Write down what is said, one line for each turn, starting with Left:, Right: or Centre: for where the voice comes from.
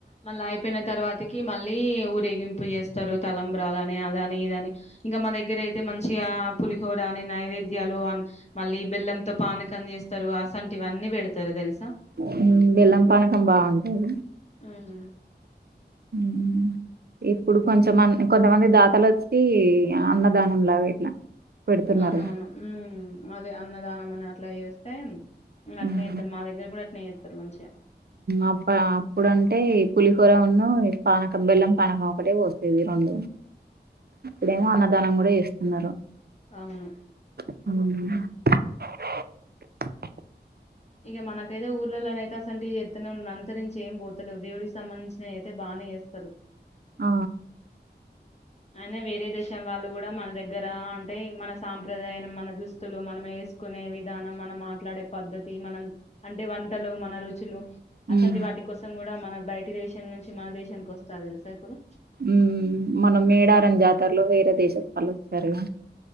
Left: మళ్ళయి చెప్పిన తర్వాతకి మళ్ళీ ఊరేగింపు చేస్తారు తలంబ్రాలుని అద అని ఇద అని ఇంకా మా దగ్గర అయితే మంచిగా పులిహోర అని నైవేద్యాలు మళ్ళీ బెల్లంతో పానకం చేస్తారు అసంటి ఇవన్నీ పెడతారు తెలుసు
Right: ఉమ్ బెల్లం పనకం బాగుంటది
Left: ఉమ్ ఉ
Right: ఉమ్ ఇప్పుడు కొంచమంది కొంతమంది దాతలొచ్చి అన్నదానం లాగ ఇట్లా పెడుతున్నారు
Left: అవునవును ఉమ్! అదే అన్నదానం అని అట్లా చేస్తే టైమ్ ఇగ్ అట్లయిఎత్తారు
Right: ఉహు.
Left: మా దగ్గర కూడా అట్లే నేత్తరూ మంచిగా
Right: అప్ప అప్పుడు అంటే ఈ పులిహోర ఉన్ను పానకం బెల్లం పానకం ఒకటే పోసేది రెండు ఇప్పుడేమో అన్నదానంగూడ వేస్తున్నారు
Left: అవును
Right: ఉమ్ ఉ
Left: ఇగ మనకైతె ఊర్లలనతే గసనటీ చెత్తనే ఉన్నారు అంతరించి ఏం పోతలేవు దేవుడికి సంబంధించిన అయితే బానే చేస్తారు
Right: ఆ
Left: అయినా వేరే దేశం వాళ్ళు కూడా మన దగ్గర అంటే మన సాంప్రదాయం మన దుస్తులు మనం వేసుకునే విధానం మనం మాట్లాడే పద్ధతి మనం అంటే వంటలు మన రుచులు
Right: ఉమ్
Left: అసంటి వాటి కోసం కూడా మన బయటి దేశం నుంచి మన దేశానికి వస్తారు తెలుసా ఇప్పుడు
Right: ఉమ్ మన మేడత్ మన జాతరలో వేరే దేశాల వాళ్ళు ఉంటారుగా